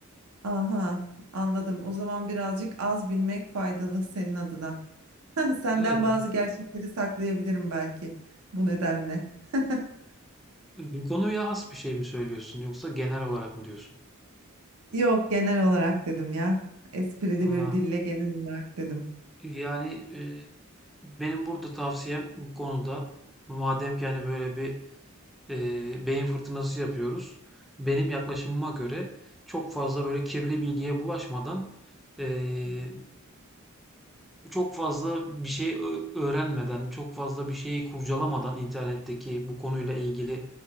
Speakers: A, on the right (about 85°); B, in the centre.
A: aha anladım. O zaman birazcık az bilmek faydalı senin adına. <laughs> Senden
B: Evet,
A: bazı gerçekleri saklayabilirim belki bu nedenle. <laughs>
B: bu konuya has bir şey mi söylüyorsun yoksa genel olarak mı diyorsun?
A: Yok genel olarak dedim ya. Esprili
B: Aa,
A: bir dille genel olarak dedim.
B: yani Benim burada tavsiyem bu konuda madem ki hani böyle bir e, beyin fırtınası yapıyoruz. Benim yaklaşımıma göre çok fazla böyle kirli bilgiye bulaşmadan e,
A: Hmm.
B: çok fazla bir şey ö- öğrenmeden, çok fazla bir şeyi kurcalamadan internetteki bu konuyla ilgili